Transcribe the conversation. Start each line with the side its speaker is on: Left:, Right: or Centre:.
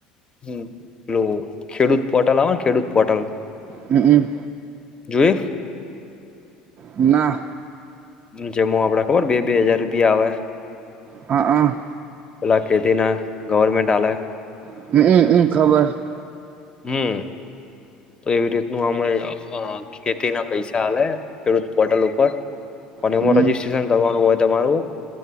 Left: હમ, પેલું ખેડૂત પોટલ આવે ને, ખેડૂત પોટલ.
Right: હમ.
Left: જોયું.
Right: ના.
Left: જેમ આપડે ખબર બે-બે હજાર રૂપિયા આવે.
Right: હા, અ
Left: પેલા ખેતી ના ગવર્મેન્ટ આલે.
Right: હમમ, હમ ખબર.
Left: હમ. તો એવી રીતનું આમ ખેતી ના પૈસા આલે, ખેડૂત પોર્ટલ ઉપર અને એમાં
Right: હમ
Left: રજીસ્ટ્રેશન કરવાનું હોય, તમારું